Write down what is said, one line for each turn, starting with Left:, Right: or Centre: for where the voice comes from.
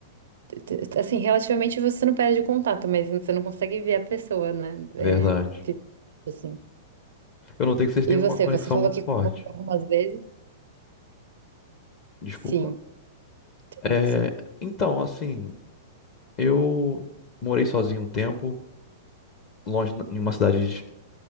Right: t- t- assim, relativamente você não perde o contato, mas você não consegue ver a pessoa, né? É,
Left: Verdade.
Right: fi- assim.
Left: Eu notei que vocês têm
Right: E
Left: uma
Right: você,
Left: conexão
Right: você falou
Left: muito
Right: que
Left: forte.
Right: mudou algumas vezes?
Left: Desculpa.
Right: Sim, tem
Left: É,
Right: isso.
Left: então, assim, eu morei sozinho um tempo, longe, em uma cidade dis-